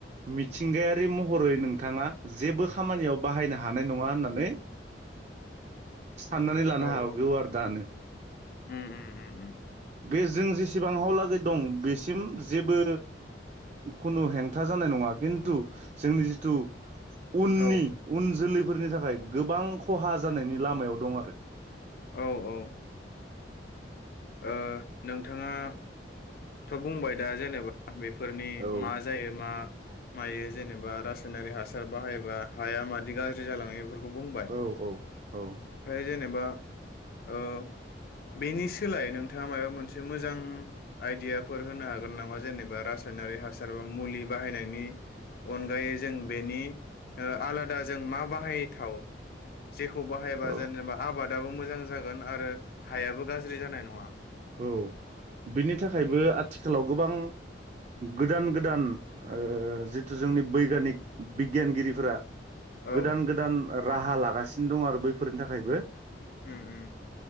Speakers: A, on the right; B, on the left.
A: मिथिंगायारि महरै नोंथाङा जेबो खामानियाव बाहायनो हानाय नङा होननानै साननानै लानो
B: औ
A: हागौ
B: औ
A: आरो दानो।
B: उम उम उम उम
A: बे जों जेसेबां हाव लागै दं बेसिम जेबो खुनु हेंथा जानाय नङा खिन्थु जोंनि जिथु उननि
B: औ
A: उन जोलै फोरनि थाखाय गोबां ख खहा जानायनि लामायाव दं आरो।
B: औ औ। ओ नोंथाङाथ' बुंबाय दा जेनेबा बेफोरनि
A: औ
B: मा जायो मा मायो जेनेबा रासायनारि हासार बाहायोबा हाया मादि गाज्रि जालाङो बेफोरखौ खौ बुंबाय ओमफ्राय
A: औ औ औ
B: जेनेबा ओ बेनि सोलाय नोंथाङा माबा मोनसे मोजां आइदियाफोर होनो हागोन नामा जेनेबा रासायनारि हासार बा मुलि बाहायनायनि अनायै जों बेनि ओ आलादा जों मा बाहायथाव जेखौ बाहायबा
A: औ
B: जेनेबा आबादाबो मोजां जागोन आरो हायाबो गाज्रि ज्रि जानाय नङा।
A: औ बिनि थाखायबो आथिखालाव गोबां गोदान गोदान ओ जिथु जोंनि बैग्यिनिक बिगियानगिरिफोरा
B: औ
A: गोदान गोदान राहा ला जागासिनो दं आरो बैफोरनि थाखायबो
B: उम उम